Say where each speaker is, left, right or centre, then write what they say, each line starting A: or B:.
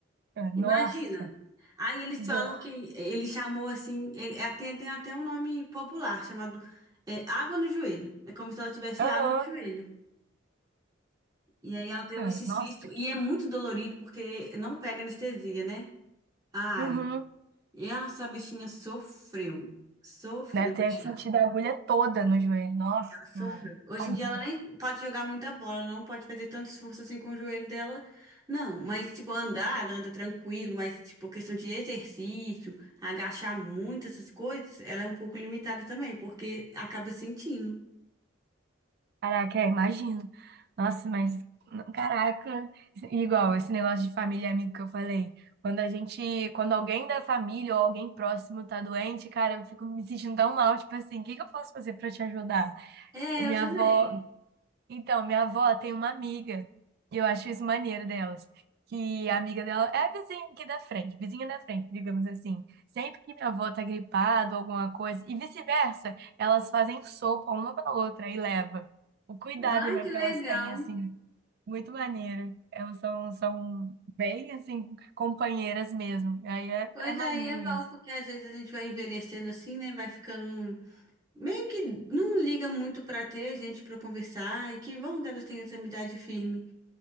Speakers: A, on the right (about 55°); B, on the right (about 20°).
A: é, nossa,
B: Imagina. Aí eles
A: que
B: falam
A: dor.
B: que ele chamou assim, ele é, tem, tem até um nome popular chamado é, água no joelho. É como se ela tivesse
A: Aham,
B: água no joelho. E aí ela teve
A: é,
B: esse cisto
A: nossa. Que...
B: e é muito dolorido porque não pega anestesia, né? A área.
A: Uhum.
B: E essa bichinha sofreu. Sofreu
A: Deve
B: pra
A: ter
B: tirar.
A: sentido a agulha toda no joelho. Nossa,
B: Ela sofreu.
A: senhora,
B: Hoje
A: tadinha.
B: em dia ela nem pode jogar muita bola, não pode fazer tanto esforço assim com o joelho dela, não. Mas, tipo, andar, ela anda tranquilo, mas, tipo, questão de exercício, agachar muito, essas coisas, ela é um pouco limitada também, porque acaba sentindo.
A: Caraca, é, imagino. Nossa, mas não- caraca, igual esse negócio de família e amigo que eu falei. Quando a gente, quando alguém da família ou alguém próximo tá doente, cara, eu fico me sentindo tão mal, tipo assim, o que que eu posso fazer pra te ajudar?
B: É,
A: O minha
B: eu também.
A: avó, então, minha avó tem uma amiga, e eu acho isso maneiro delas, que a amiga dela é a vizinha aqui da frente, vizinha da frente, digamos assim. Sempre que minha avó tá gripada ou alguma coisa, e vice-versa, elas fazem sopa uma pra outra e leva. O cuidado,
B: Ai,
A: né,
B: que
A: que elas
B: legal.
A: têm, assim, muito maneiro. Elas são, são bem, assim, companheiras mesmo. Aí é,
B: Pois
A: é maneiro
B: aí é bom,
A: isso.
B: porque às vezes a gente vai envelhecendo assim, né? Vai ficando um meio que não liga muito pra ter gente pra conversar e que bom que elas têm essa amizade firme.